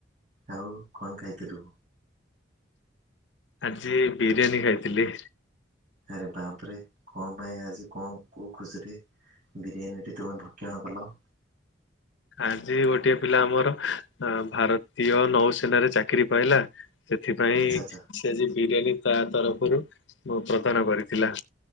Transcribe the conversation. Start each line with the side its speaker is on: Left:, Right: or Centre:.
Right: ଆଉ କଣ ଖାଇଥିଲୁ?
Left: ଆଜି ବିରିୟାନୀ ଖାଇଥିଲି।
Right: ଆରେ ବାପରେ କଣ ପାଇଁ ଆଜି କଣ କୋଉ ଖୁସିରେ? ବିରିୟାନୀଟି ତୁମେ ଭକ୍ଷଣ କଲ।
Left: ଆଜି ଗୋଟିଏ ପିଲା ଆମର ଭାରତୀୟ ନୌସେନାରେ ଚାକିରି ପାଇଲା ସେଥିପାଇଁ
Right: ଆଚ୍ଛା ଆଚ୍ଛା
Left: ସେ ଆଜି ବିରିୟାନୀ ତା ତରଫରୁ ପ୍ରଦାନ କରିଥିଲା।